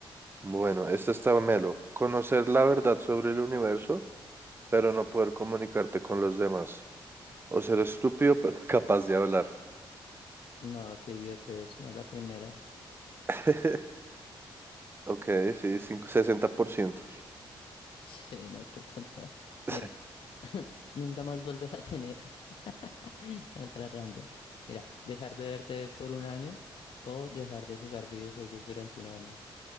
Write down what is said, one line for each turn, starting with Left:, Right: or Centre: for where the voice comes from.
Right: Bueno, esta está melo. Conocer la verdad sobre el universo pero no poder comunicarte con los demás. O ser estúpido, pero <laughs> capaz de hablar.
Left: No, qué idiotez, no la primera. <laughs>
Right: <laughs> Ok, sí, cinco- sesenta por ciento
Left: Sí, no, qué tonta.
Right: <laughs>
Left: Mira, <laughs> nunca más volver a tener <laughs> otra random. Mira, dejar de verte por un año o dejar de jugar videojuegos durante un año.